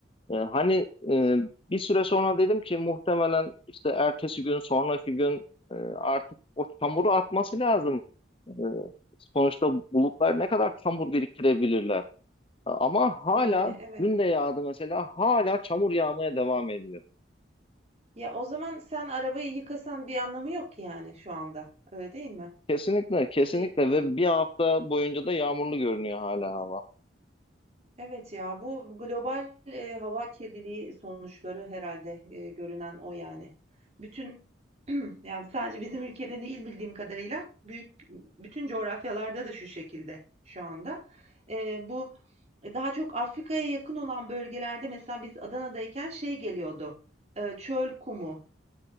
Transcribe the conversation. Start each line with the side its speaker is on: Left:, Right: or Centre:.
Left: E, hani e, bir süre sonra dedim ki muhtemelen işte ertesi gün sonraki gün e, artık o çamuru atması lazım E, sonuçta bulutlar ne kadar çamur biriktirebilirler ama hala
Right: Yani evet.
Left: dün de yağdı mesela hala çamur yağmaya devam ediyor.
Right: Ya o zaman sen arabayı yıkasan bir anlamı yok ki yani şu anda. Öyle değil mi?
Left: Kesinlikle kesinlikle
Right: Bir,
Left: ve bir hafta boyunca da yağmurlu görünüyor hala hava.
Right: evet ya bu global e, hava kirliliği sonuçları herhalde e, görünen o yani. Bütün <clears throat> yani sadece bizim ülkede değil bildiğim kadarıyla büyük bütün coğrafyalarda da şu şekilde şu anda. E, bu daha çok Afrika'ya yakın olan bölgelerde mesela biz Adana'dayken şey geliyordu. E, çöl kumu